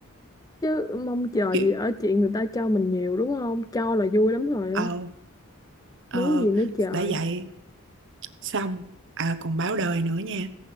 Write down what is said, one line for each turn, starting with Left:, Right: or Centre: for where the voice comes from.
Left: chứ mong chờ
Right: kiểu
Left: gì ở chuyện người ta cho mình nhiều đúng không cho là vui lắm rồi
Right: ờ
Left: á.
Right: ờ
Left: muốn gì nữa trời
Right: đã vậy xong à còn báo đời nữa nha